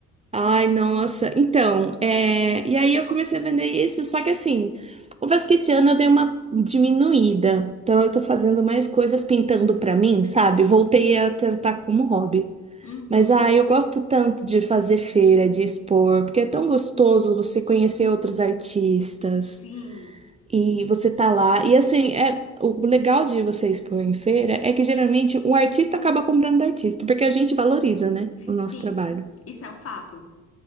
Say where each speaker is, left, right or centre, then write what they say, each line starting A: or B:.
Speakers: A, on the right; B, on the left.
A: Ai, nossa. Então, é, e aí eu comecei a vender isso, só que assim, confesso que esse ano eu dei uma diminuída. Então eu tô fazendo mais coisas pintando pra mim, sabe? Voltei a tratar como hobby.
B: Uhum.
A: Mas ai, eu gosto tanto de fazer feira, de expor, porque é tão gostoso você conhecer outros artistas
B: Sim,
A: e você tá lá. E assim, é o o legal de você expor em feira é que geralmente um artista acaba comprando do artista, porque a gente valoriza, né, o nosso
B: sim,
A: trabalho.
B: isso é um fato.